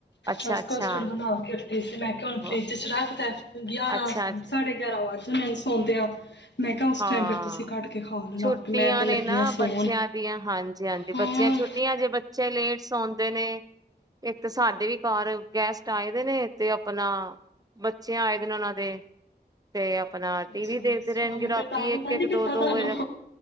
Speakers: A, on the right; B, on the left.
A: ਅੱਛਾ-ਅੱਛਾ
B: ਬਸ ਕਸਟਡ ਬਣਾ ਕੇ ਅਤੇ ਇਸ ਮੈਂ ਕਿਹਾ ਹੁਣ
A: ਅੱਛਾ
B: ਫਰਿੱਜ 'ਚ ਰੱਖਦਾ ਗਿਆਰਾਂ
A: ਅੱਛਾ ਅੱਛਾ
B: ਸਾਡੇ ਗਿਆਰਾਂ ਵਜੇ ਨਾਈ ਸੌਦੇ ਆ। ਮੈਂ ਕਿਹਾ ਉਸ
A: ਹਾਂ
B: ਟਾਈਮ ਫਿਰ ਤੁਸੀਂ ਕੇ ਖਾ ਲੈਣਾ
A: ਛੁੱਟੀਆਂ
B: ਆਪੇ ਮੈਂ ਤਾਂ ਲੱਗੀ
A: ਨੇ ਨਾ
B: ਆ ਸੌਣ
A: ਬੱਚਿਆਂ ਦੀਆਂ ਹਾਂਜੀ ਹਾਂਜੀ
B: ਹੋਰ
A: ਬੱਚਿਆਂ ਛੁੱਟੀਆਂ ਜੇ ਬੱਚੇ ਲੇਟ ਸੋਦੇ ਨੇ ਇੱਕ ਤਾਂ ਸਾਡੇ ਵੀ ਘ ਗੈਸਟ ਆਏ ਦੇ ਨੇ ਤੇ ਆਪਣਾ ਬੱਚਿਆਂ ਆਏ ਦਿ ਨੇ ਉਹਨਾਂ ਦੇ ਤੇ ਆਪਣਾ
B: ਅੱਛਾ
A: ਟੀ ਵੀ ਦੇਖਦੇ
B: ਡਿਸਟਰਬ
A: ਰਹਿਣਗੇ
B: ਮੈਂ
A: ਰਾਤ
B: ਫਿਰ ਤਾਂ
A: ਇੱਕ
B: ਤਾਂ
A: ਇੱਕ
B: ਨਹੀਂ ਕੀਤਾ
A: ਦੋ
B: ਤੁਹਾਨੂੰ
A: ਦੋ ਵਜੇ